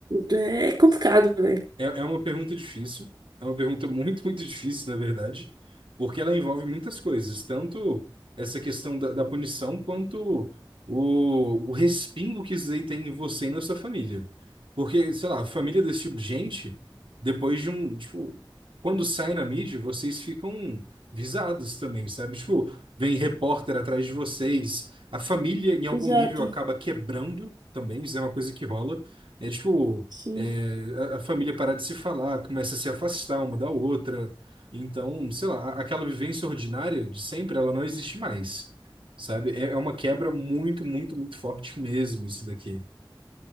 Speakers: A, on the right (about 55°); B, on the right (about 85°).
A: é complicado, velho.
B: É, é uma pergunta difícil. É uma pergunta muito, muito difícil, na verdade, porque ela envolve muitas coisas, tanto essa questão da, da punição, quanto o, o respingo que isso daí tem em você e na sua família. Porque, sei lá, a família desse tipo de gente, depois de um, tipo, quando sai na mídia, vocês ficam visados também, sabe? Tipo, vem repórter atrás de vocês, a família, em algum
A: Exato.
B: nível, acaba quebrando também, isso é uma coisa que rola. É tipo.
A: Sim,
B: É, a a família parar de se falar, começa a se afastar uma da outra. Então, sei lá, a- aquela vivência ordinária de sempre, ela não existe mais, sabe? É, é uma quebra muito, muito, muito forte mesmo, isso daqui.